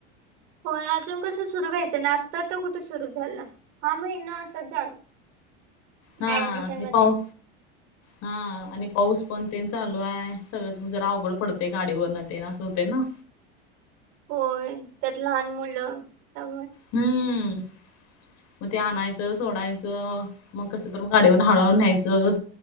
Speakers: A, on the right; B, on the left.
A: होय अजून कसं सुरू व्हायचं नाता तर कुठे सुरू झालं हा महिना असच जाल
B: हा
A: ऍडमिशन
B: हे
A: मध्ये
B: पाऊ हा आणि पाऊस पण तेन चालू आहे सगळंत जरा अवघड पडते गाडीवर न ते असं होते ना
A: होय त्यात लहान मुलं त्या
B: हम्म मग ते आणायचं सोडायचं मग कसं तर गाडीवरून हाळवून न्यायचं